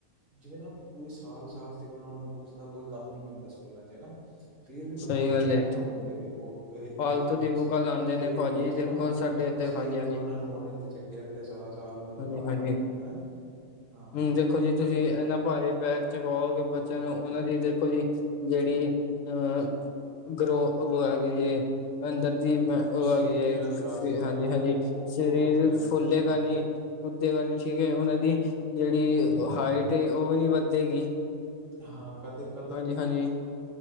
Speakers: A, on the right; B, on the left.
A: ਜਿਵੇਂ ਨਾ ਪੂਰੇ ਸਾਲ ਸਾਲ ਦੇਖਨਾ ਉਹਨਾਂ ਬੁੱਕਸ ਦਾ ਕੰਮ ਨੀ ਪੈਂਦਾ ਸਕੂਲਾਂ ਚ ਹੈਨਾ। ਫੇਰ ਵੀ ਪਤਾ
B: ਸਹੀ
A: ਨੀ ਔਹ
B: ਗੱਲ
A: ਕਿਉਂ
B: ਹੈ
A: ਲਵਾਉਂਦੇ ਨੇਔਹ ਜੇੜੀ
B: ਫਾਲਤੂ
A: ਇਹੋ ਜਿਹੀਆਂ ਬੁੱਕਸ
B: ਦੀ ਬੁੱਕਾਂ ਲਾਉਂਦੇ
A: ਤੇ
B: ਨੇ
A: ਉਹ
B: ਭਾਜੀ
A: ਬੱਚਾ
B: ਦੇਖੋ
A: ਨਾ
B: ਸਾਡੇ
A: ਬੱਚਾ
B: ਇੱਥੇ
A: ਬਸ ਏਹ
B: ਹਾਂਜੀ
A: ਹੈ ਵੀ
B: ਹਾਂਜੀ
A: ਉਹਨਾਂ ਨੂੰ ਮੋਢਿਆਂ ਤੇ ਚੱਕ ਕੀ ਰੱਖਦਾ ਸਾਰਾ ਸਾਲ ਉਹਨਾਂ ਦਾ
B: ਹਾਂਜੀ
A: ਪਾਰਟ
B: ਹਾਂਜੀ
A: ਹੁੰਦਾ ਹੈਨਾ ਹਾਂ।
B: ਹੁਣ ਦੇਖੋ ਜੀ ਤੁਸੀਂ ਇਨਾ ਭਾਰੀ ਬੈਗ ਚਕਵਾਓਗੇ ਬੱਚਿਆਂ ਨੂੰ, ਉਹਨਾਂ ਦੀ ਦੇਖੋ ਜੀ ਜੇੜੀ ਅ ਗਰੋਥ ਔਹ ਹੈਗੀ ਜੇ ਅੰਦਰ ਦੀ ਮੈਂ ਔਹ
A: ਸਰੀਰਕ
B: ਹੈਗੀ ਏ
A: ਜਿਹੜਾ ਵਿਕਾਸ ਹੈਗਾ
B: ਹਂਜੀ,
A: ਨਾ ਉਹ
B: ਹਂਜੀ
A: ਉਹ ਉਹ
B: ਸਰੀਰ
A: ਰੁਕਦਾ ਹੈ ਉਹਦਾ
B: ਫੁੱਲੇਗਾ
A: ਹਾਂ
B: ਨੀ ਕੁੱਦੇ ਗਾ ਨੀ ਠੀਕ ਐ, ਉਹਨਾਂ ਦੀ ਜੇੜੀ ਹਾਈਟ ਏਔਹ ਵੀ ਨੀ ਵੱਧੇਗੀ।
A: ਹਾਂ ਕਦੇ ਕਦੇ
B: ਹਂਜੀ, ਹਂਜੀ